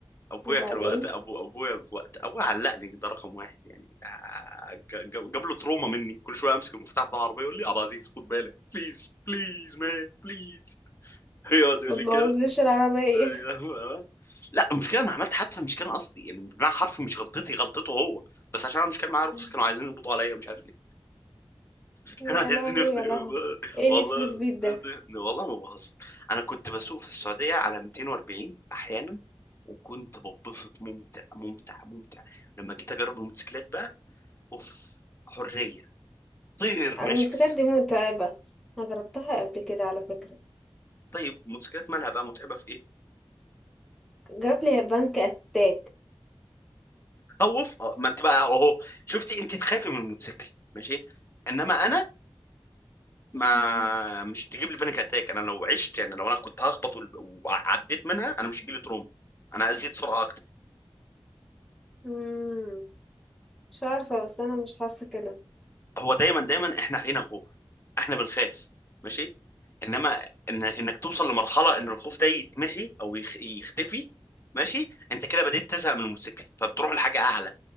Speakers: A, on the left; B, in the centre.
A: ابويا
B: وبعدين
A: كان وقت ابو ابويا في وقت ابويا علقني ده رقم واحد يعني آه، ج- ج- جاب له تروما مني كل شويه امسك المفتاح بتاع العربيه يقول لي يا عبد العزيز خد بالك بليز بليز مان بليز <laughs> يقعد يقول
B: ما تبوظليش
A: لي كده
B: العربيه
A: <laughs> أيوة. لا المشكله انا عملت حادثه مش كان قصدي يعني بمعنى حرفي مش غلطتي غلطته هو بس عشان انا مش كان معايا رخصه
B: مم.
A: كانوا عايزين يقبضوا عليا مش عارف ليه
B: <laughs> يا
A: كانوا عايزين
B: لهوي
A: يخطئوا
B: يا لهوي ايه
A: والله
B: نيد فور سبيد ده
A: والله ما بهزر انا كنت بسوق في السعوديه على 240 احيانا وكنت ببسط ممتع ممتع ممتع لما جيت اجرب الموتوسيكلات بقى اوف حريه طير
B: الموتوسيكلات
A: ماشي بس
B: دي متعبه انا جربتها قبل كده على فكره
A: طيب الموتوسيكلات مالها بقى متعبه في ايه
B: جاب لي بنك اتاك
A: خوف اه ما انت بقى اهو شفتي انت تخافي من الموتوسيكل ماشي انما انا ما
B: مم.
A: مش تجيب لي بانيك اتاك انا لو عشت يعني لو انا كنت هخبط وال- وعديت منها انا مش هيجي لي تروما انا ازيد سرعه اكتر
B: مم. مش عارفه بس انا مش حاسه كده
A: هو دايما دايما احنا فينا خوف احنا بنخاف ماشي انما إن انك توصل لمرحله ان الخوف ده يتمحي او يخ- يختفي ماشي انت كده بديت تزهق من الموتوسيكل فبتروح لحاجه اعلى